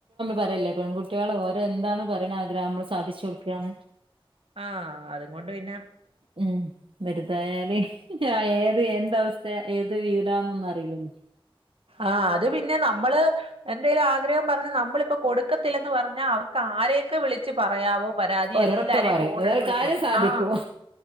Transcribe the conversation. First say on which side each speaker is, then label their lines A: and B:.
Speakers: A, on the right; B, on the right.
A: പറല്ലേ പെൺകുട്ടികള് ഓരെന്താണ് പറ ണ ആഗ്രഹം നമ്മള് സാധിച്ചു കൊടുക്കുകാണ്
B: ആഹ് അതും കൊണ്ട് പിന്നെ
A: ഉം വരുതായല് ഏത് എന്ത അവസ്ഥ ഏത് വീടാന്നൊന്നും അറിയില്ലല്ലോ
B: ആഹ് അത് പിന്നെ നമ്മള് എന്തേലും ആ ആഗ്രഹം പറഞ്ഞാ നമ്മളിപ്പൊ കൊടുക്കത്തില്ലന്ന് പറഞ്ഞാൽ അവക്ക് ആരെയൊക്കെ വിളിച്ച് പറയാവോ പരാതി
A: ഓരോടൊക്കെ
B: എല്ലാരെയും
A: പറയും
B: ഫോൺ
A: ഏതായാലും
B: എടുത്ത് വിളിച്ചു
A: കാര്യം
B: പറയും
A: സാധിക്കും
B: ആ